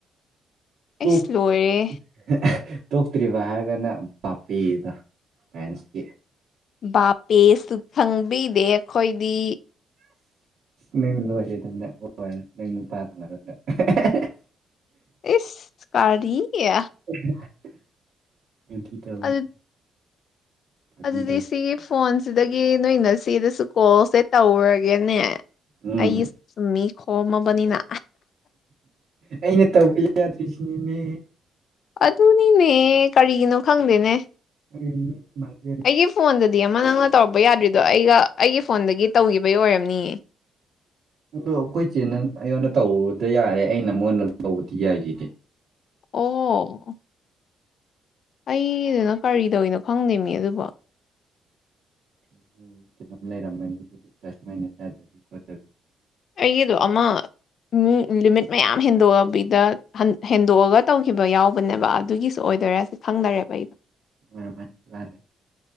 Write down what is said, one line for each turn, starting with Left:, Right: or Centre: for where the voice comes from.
Left: ꯑꯩꯁ
Right: <unintelligible>
Left: ꯂꯣꯏꯔꯦ
Right: ꯇꯣꯛꯇ꯭ꯔꯤꯕ ꯍꯥꯏꯔꯒꯅ ꯄꯥꯄꯤꯗꯣ ꯐ꯭ꯔꯥꯟꯁꯀꯤ
Left: ꯕꯥꯄꯦꯁꯨ ꯈꯪꯕꯤꯗꯦ ꯑꯩꯈꯣꯏꯗꯤ
Right: ꯃꯤ <unintelligible>
Left: ꯏꯁ ꯀꯔꯤꯒꯤ
Right: <unintelligible> ꯇꯧꯕꯅꯤ
Left: ꯑꯗꯨ
Right: ꯐꯥꯒꯤ
Left: ꯑꯗꯨꯗꯤ
Right: ꯇꯧ
Left: ꯁꯤꯒꯤ ꯐꯣꯟꯁꯤꯗꯒꯤ ꯅꯣꯏ ꯅꯆꯦꯗꯨꯁꯨ ꯀꯣꯜꯁꯦ ꯇꯧꯔꯒꯦꯅꯦ
Right: ꯎꯝ
Left: ꯑꯩ <unintelligible> ꯈꯣꯝꯃꯕꯅꯤꯅ
Right: ꯑꯩꯅ ꯇꯧꯕ ꯌꯥꯗ꯭ꯔꯤꯁꯤꯅꯤꯅꯦ
Left: ꯑꯗꯨꯅꯤꯅꯦ ꯀꯔꯤꯒꯤꯅꯣ ꯈꯪꯗꯦꯅꯦ
Right: <unintelligible>
Left: ꯑꯩꯒꯤ ꯐꯣꯟꯗꯗꯤ ꯑꯃ ꯅꯪꯅ ꯇꯧꯔꯛꯄ ꯌꯥꯗ꯭ꯔꯤꯗꯣ ꯑꯩꯒ ꯑꯩꯒꯤ ꯐꯣꯟꯗꯒꯤ ꯇꯧꯈꯤꯕꯩ ꯑꯣꯏꯔꯝꯅꯤꯌꯦ
Right: ꯑꯗꯣ ꯑꯩꯈꯣꯏ ꯆꯦꯅ ꯑꯩꯉꯣꯟꯗ ꯇꯧꯕꯗ ꯌꯥꯔꯦ ꯑꯩꯅ ꯃꯉꯣꯟꯗ ꯇꯧꯕꯗꯤ ꯌꯥꯏꯁꯤꯗꯤ
Left: ꯑꯣ ꯑꯩꯗꯨꯅ ꯀꯔꯤꯗꯧꯔꯤꯅꯣ ꯈꯪꯗꯦꯃꯤ ꯑꯗꯨꯕꯣ
Right: <unintelligible>
Left: ꯑꯩꯒꯤꯗꯨ ꯑꯃ <unintelligible> ꯂꯤꯃꯤꯠ ꯃꯌꯥꯝ ꯍꯦꯟꯗꯣꯛꯑꯕꯤꯗ ꯍꯟ ꯍꯦꯟꯗꯣꯛꯑꯒ ꯇꯧꯈꯤꯕ ꯌꯥꯎꯕꯅꯦꯕ ꯑꯗꯨꯒꯤꯁꯨ ꯑꯣꯏꯗꯣꯏꯔ ꯐꯪꯗꯔꯦꯕ <unintelligible>
Right: ꯑꯣꯏꯔꯝꯃꯅꯤ ꯍꯨꯔꯥꯟꯕꯩ